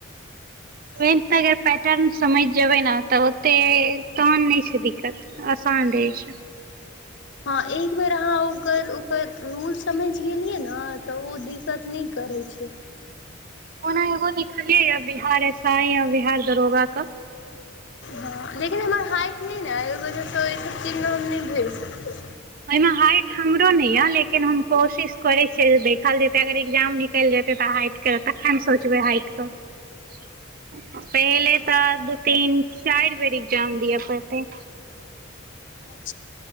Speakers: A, on the right; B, on the left.
A: पेंनटाग
B: अच्छा
A: पैक- - टेम समझ जेबे न तऽ ओते तहन नहि छै, दिक्कत आसान रहे छै।
B: हँ एक बेर अहाँ ओकर ओकर रूल समझ गेलियै न तऽ ओ दि- - ततनी करै छैई।
A: ओना एगो दिखलियै या बिहार ऐस अई य बिहार दरोगा क- -
B: हँ लेकिन हमर हाइट नहि न की, ओहि वजह स एहिसभ चीजमे हम नहि भेर सकवै।
A: अईमे हाइट हमरो नहि या लेकिन हम कोशिश करे छियै जे देखल जेते अगर एकग्जाम निकलि जेते तऽ हाइट- - तेकर तखन सोचबै हाटि कऽ- - पहिले तऽ दू तीन चारि बेर एग्जाम दिअ पड़तै।
B: अच <inaudible>